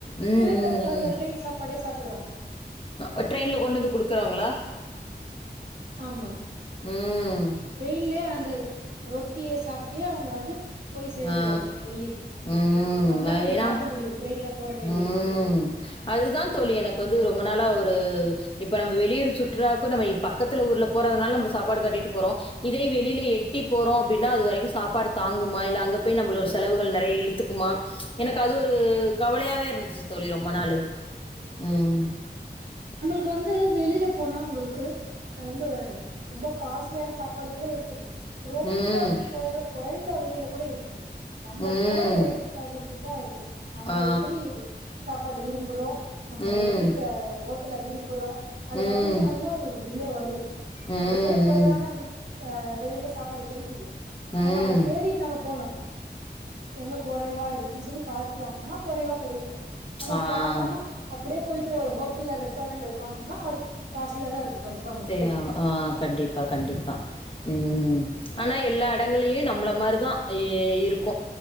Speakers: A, on the left; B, on the right.
A: ம்
B: சில
A: ம்
B: பேர் அந்த
A: ம்
B: ட்ரெயின் சாப்பாடே சாப்டுவாங்க
A: அ ட்ரெயின்ல கொண்டு வந்து குடுக்கறாங்களா?
B: ஆமா.
A: ம்
B: ட்ரெயின்ல அந்த ரொட் டிய சாப்ட்டே அவங்க வந்து போய் சேந்துருவாங்க
A: ஆ
B: டெல்லிக்கு.
A: ம்
B: அதெல்லா
A: அது
B: நீங்க
A: ஏன்னா
B: பாக்க முடியு ட்ரெயின்ல போற டைம்ல
A: ம் அதுதா தோழி எனக்கு வந்து ரொம்ப நா ளா ஒரு இப்ப நம்ம வெளியூர் சுற்றுலாக்கு நம்ம இப் பக்கத்துல ஊர்ல போறதுனால நம்ப சாப் பாடு கட்டிட்டு போறோ இதே வெளியில எட்டி போறோ அப்டின்னா அதுவரைக்கு சாப்பாடு தாங்குமா இல்ல அங்க போய் நம்பளோட செலவுகள் நெறைய இழுத்துக்குமா எனக்கு அது ஒரு கவலையாவே இருந்துச்சு தோழி ரொம்ப நாளு ம்
B: கு வந்து வெளியில போனா உங்களுக்கு ஆ ரொம்ப இது ரொம்ப காஸ்ட்லியான சாப்பாடு கூட இருக்குது. ரொம்ப
A: ம்.
B: கொற கொறைந்த விலையில கூட இருக்குது. நம்ப
A: ம்.
B: போற எடத்துக்கு தகுந்துதா இருக்கு நம்ம
A: ஆ.
B: எப்படி சாப்பாடு விரும்புறோ நம்ம
A: ம்.
B: எ ப்டி கா ஹோ ட்டல விரும்புறோ அதுக்கு
A: ம்.
B: தகுந்த மாரிதா
A: ம்.
B: உங்களுக்கு பில்லே வரு.
A: ம்.
B: அங்க கூட குறைவான ஆ வெலைல சாப்பாடு கெடைக்கிது நம்ம
A: ம்.
B: அத தேடி நம்ம போகணு எங்க கொறைவா இருக்குன்னு சொல்லி பாத்தி வாங்குனோனா கொறைவா கெடைக்கு. நம்ம
A: ஆ.
B: பாக்காம அப்டியே போய்ட்டு ஒரு ஹோட் டல் இல்ல ரெஸ்டாரண்ட்ல உக்காந்தம்னா அது காஸ்ட்லியாதா இருக்கு கன்ஃபார்மா.
A: தே ஆ கண்டிப்பா கண்டிப்பா. ம் ஆனா எல்லா எடங்கள்லயு நம் மள மாரிதா இ இருக்கு